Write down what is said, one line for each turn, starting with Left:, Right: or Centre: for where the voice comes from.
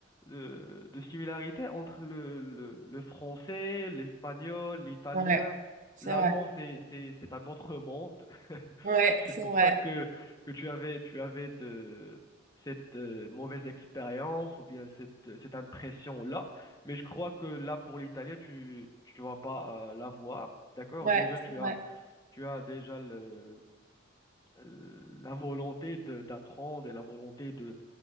Left: de, de similarités entre le, le, le français, l'espagnol, l'italien.
Right: ouais, c'est
Left: L'allemand,
Right: vrai.
Left: c'est, c'est, c'est un autre monde. <laughs>
Right: Ouais,
Left: C'est
Right: c'est
Left: pour
Right: vrai.
Left: ça que, que tu avais, tu avais de, cette euh, mauvaise expérience ou bien cette, cette impression-là. Mais je crois que là, pour l'italien, tu, tu vas pas euh, l'avoir. D'accord?
Right: Ouais,
Left: Déjà,
Right: c'est
Left: tu as
Right: vrai.
Left: tu as déjà le, euh, la volonté de- d'apprendre et la volonté de